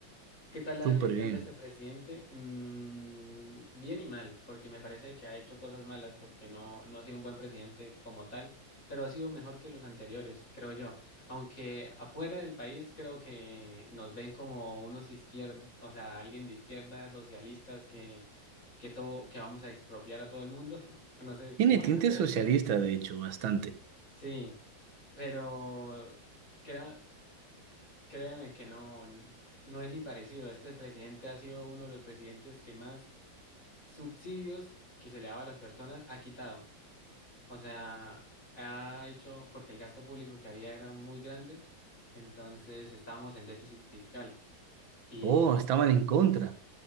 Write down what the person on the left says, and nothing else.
¿Qué tal la
gestión
de este presidente? Mm, bien y mal, porque me parece que ha hecho cosas malas, porque no, no ha sido un buen presidente como tal, pero ha sido mejor que los anteriores, creo yo. Aunque afuera del país creo que nos ven como unos izquierdos, o sea, alguien de izquierda, socialistas, que, que todo, que vamos a expropiar a todo el mundo. <laughs> No sé,
imagino
que es
así.
Sí, pero crea- créeme que no, n- no es ni parecido. Este presidente ha sido uno de los presidentes que más subsidios que se le daba a las personas ha quitado. O sea, ha hecho, porque el gasto público que había era muy grande, entonces estábamos en déficit fiscal. Y